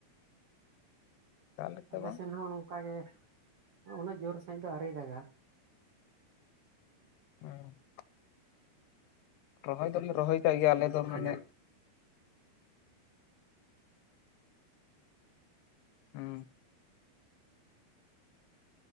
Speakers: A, on the left; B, on the right.
A: ᱚᱠᱟ ᱞᱮᱠᱟ
B: ᱟᱞᱮ
A: ᱵᱟᱝ
B: ᱥᱮᱱ ᱦᱚᱸ ᱱᱚᱝᱠᱟ ᱜᱮ, ᱩᱱᱟᱹᱜ ᱡᱩᱨ ᱥᱟᱺᱦᱤᱡ ᱫᱚ ᱟᱹᱣᱨᱤᱭ ᱫᱟᱜᱟ ᱾
A: ᱦᱩᱸ ᱾ ᱨᱚᱦᱚᱭ ᱫᱚᱞᱮ ᱨᱚᱦᱚᱭ ᱠᱟᱜ ᱜᱮᱭᱟ ᱟᱞᱮ ᱫᱚ ᱢᱟᱱᱮᱼᱼ
B: ᱠᱷᱟᱸᱡᱟᱝ
A: ᱦᱩᱸ